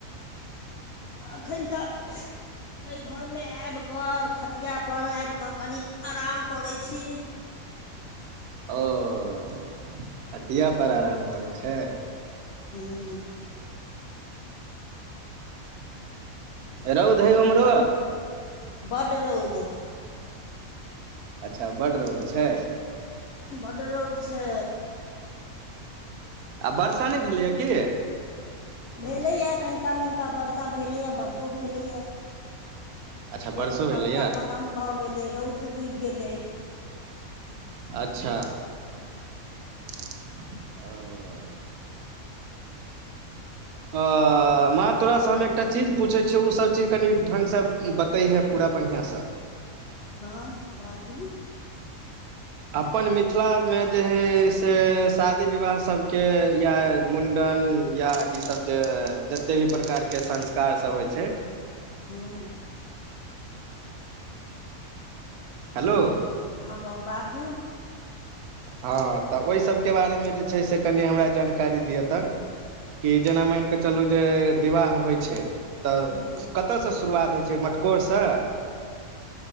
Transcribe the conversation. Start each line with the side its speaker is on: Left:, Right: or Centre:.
Left: अखनि तऽ
Right: <inaudible>
Left: अइ घर मे आबि कऽ खटिया पर आबि कऽ कनि आराम करै छी।
Right: अऽ खटिया पर आराम करै छै।
Left: हुँ
Right: रउद हइ उमरो
Left: बड्ड रौद
Right: अच्छा बड्ड रौद छै।
Left: बड्ड रौद छै
Right: आ बर्षा नय भेलयि की
Left: भेलैया कनिका- मनिका वर्षा भेलैया वर्षो भेलैया
Right: अच्छा
Left: फेर
Right: वर्षो भेलैए
Left: बर्षा खतम भऽ गेलै रौद बुगि गेलै
Right: अच्छा अऽ अऽ माँ तोरा सँ हम एकटा चीज पुछै छियौ ओ सब चीज कनि ढंग सँ बतैहे पूरा बढ़िआ सँ।
Left: हँ बाजू
Right: अपन मिथिला मे जे हइ से से, शादी विवाह सबके या मुण्डन या, ई सब जे जते भी प्रकार के संस्कार सब होय छै।
Left: हूं
Right: हेलो
Left: ह म बाजू
Right: हँ तऽ ओइ सबके बारेमे जे छै से कनी हमरा जानकारी दिअ तऽ कि जेना मानिकऽ चलू जे विवाह होइ छै तऽ
Left: हूँ
Right: कत सँ शुरुआत होइ छै मटकोर सँ